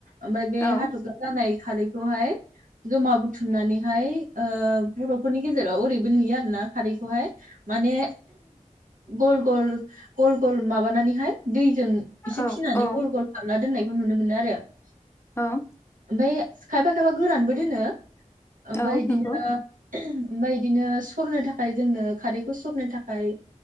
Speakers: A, on the right; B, on the left.
A: ओमफा बे
B: औ
A: हाथफ्ला जानाय खारैखौहाय जमा बुथुमनानैहाय ओ बर'फोरनि गेजेराव ओरैबो नुयो आरोना खारैखौहाय माने गल गल गल गल माबानानैहाय दैजों एसे
B: औ
A: फिनानै
B: औ
A: गल-गर खालाबना दोननाय नुनो मोनो आरो ।
B: ओं
A: बेै खायफा खायफा गोरानबो दोनो। आमफाय
B: औ
A: इदिनो
B: नंगौ
A: ओमफाय इदिनो सरनो थाखाय जोंनो खारैखौ सरनो थाखाय